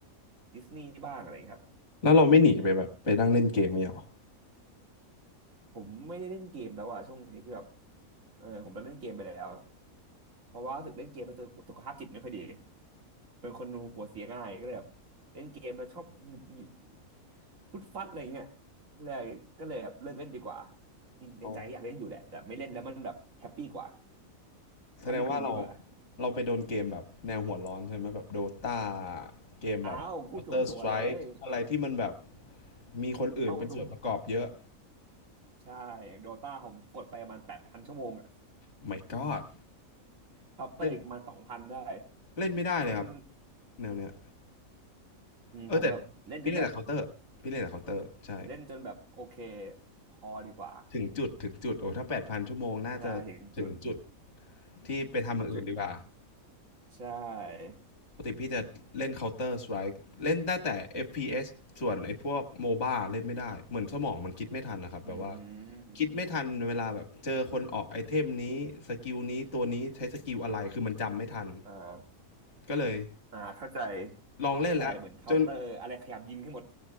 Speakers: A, on the right (about 65°); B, on the left (about 50°).
A: ดิสนีย์บ้างอะไรอย่างเงี้ยครับ
B: แล้วเราไม่หนีไปแบบไปนั่งเล่นเกมเนี้ยหรอ
A: ผมไม่ได้เล่นเกมแล้วอ่ะช่วงนี้คือแบบเออผมเลิกเล่นเกมไปแล้วเพราะว่ารู้สึกเล่นเกมมาสุขสุขภาพจิตไม่ค่อยดี เป็นคนหัวเสียง่ายก็เลยแบบเล่นเกมแล้วชอบหงุดหงิดฟุดฟัดอะไรเงี้ยเลยก็เลยแบบเลิกเล่นดีกว่าจริงในใจอยากเล่นอยู่แหละแต่ไม่เล่นแล้วมันแบบแฮปปี้กว่า
B: อ๋อแสดงว่าเรา
A: ทำอย่างอื่นดีกว่า
B: เราไปโดนเกมแบบแนวหัวร้อนใช่ไหมแบบโดตาเกมแบบ
A: อ้าวพูดถูกตัวเลย
B: Counter Strike อะไรที่มันแบบมีคนอื่นเป็นส่วนประกอบเยอะ
A: เข้าถูกใช่อย่างโดตาผมกดไปประมาณแปดพันชั่วโมงอะ
B: My God
A: เคาน์เตอร์อีกประมาณสองพันได้
B: เล่น เล่นไม่ได้เลยครับ
A: เล่น
B: แนวเนี้ย
A: อืมผมแบบเล่นจนแบบ
B: เออแต่พี่เล่นแต่เคาน์เตอร์พี่เล่นแต่เคาน์เตอร์ใช่
A: เล่นจนแบบโอเคพอดีกว่า
B: ถึงจุดถึงจุดโอ้ถ้าแปดพันชั่วโมงน่าจะถึงจุด
A: ใช่ถึงจุด
B: ที่ไปทำอย่างอื่นดีกว่า
A: ถึงจุดใช่
B: ปกติพี่จะเล่นเคาน์เตอร์สไ k e เล่นได้แต่ FPS สส่วนไอ้พวกโมบ้าเล่นไม่ได้เหมือนสมองมันคิดไม่ทันนะครับแบบว่า
A: อืม
B: คิดไม่ทันเวลาแบบเจอคนออกไอเทมนี้สกิลนี้ตัวนี้ใช้สกิลอะไรคือมันจำไม่ทัน
A: อ่า
B: ก็เลย
A: อ่าเข้าใจ
B: ลองเล่นแล้วจน
A: เข้าใจเหมือนเคาน์เตอร์อะไรขยับยิงให้หมด